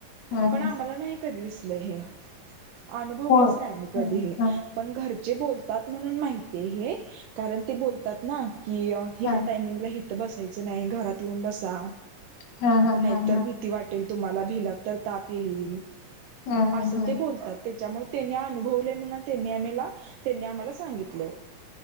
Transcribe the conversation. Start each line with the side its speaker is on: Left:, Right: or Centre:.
Left: हा
Right: पण
Left: हा
Right: आम्हाला नाही कधी दिसलं हे, अनुभवलंच
Left: होय.
Right: नाही आम्ही कधी
Left: हां,
Right: हे.
Left: हां,
Right: पण घरचे बोलतात म्हणून माहित हे, कारण ते बोलतात ना की अं ह्या
Left: हां,
Right: टायमिंगला इथ बसायचं नाही, घरात येऊन बसा
Left: हां, हां,
Right: नाहीतर
Left: हां, हां,
Right: भि भिती वाटेल तुम्हाला, भिलात तर ताप येईल,
Left: हां, हां,
Right: अस
Left: हां.
Right: ते बोलतात त्याच्यामुळं त्यांनी अनुभवले म्हणून त्यांनी आमहीला त्यांनी आम्हाला सांगितलं.